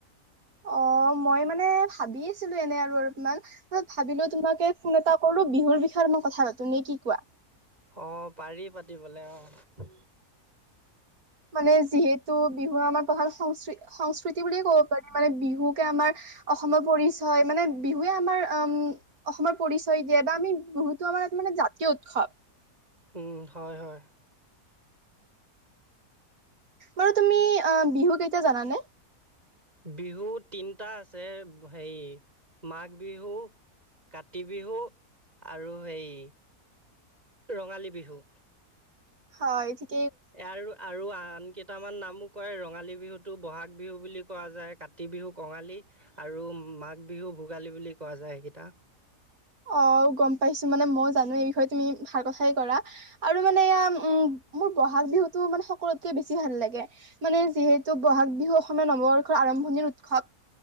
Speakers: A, on the right; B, on the right.
A: অ', মই মানে ভাবি আছিলো এনে আৰু অলপমান মই ভাবিলো তোমাকে ফোন এটা কৰো বিহুৰ বিষয়ে মই কথা পাতো নে কি কোৱা?
B: অ', পাৰি পাতিবলৈ অ',
A: মানে যিহেতু বিহু আমাৰ প্ৰধান সং সংস্কৃতি বুলিয়ে ক'ব পাৰি মানে বিহুকে আমাৰ অসমৰ পৰিচয় মানে বিহুৱে আমাৰ উম, অসমৰ পৰিচয় দিয়ে বা আমি বহুতো আমাৰ ত মানে জাতীয় উৎসৱ।
B: উম, হয়, হয়।
A: বাৰু তুমি অ' বিহু কেইটা জানানে?
B: বিহু তিনিটা আছে হেৰি মাঘ বিহু, কাতি বিহু আৰু সেই ৰঙালী বিহু।
A: হয়, ঠিকে।
B: আৰু আৰু আন কে কেইটামান নামো কয় ৰঙালী বিহুটো, বহাগ বিহু বুলি কোৱা যায়, কাতি বিহু কঙালী আৰু মাঘ বিহু ভোগালী বুলি কোৱা যায় সেইকেইটা
A: অ', গ'ম পাইছো মানে মই জানো এই বিষয়ে তুমি ভাল কথাই কৰা আৰু মানে এয়া উম, মোৰ বহাগ বিহুতটো মানে সকলোতকে বেছি ভাল লাগে। মানে যিহেতু বহাগ বিহু অসমীয়া নৱবৰ্ষৰ আৰম্ভণিৰ উৎসৱ।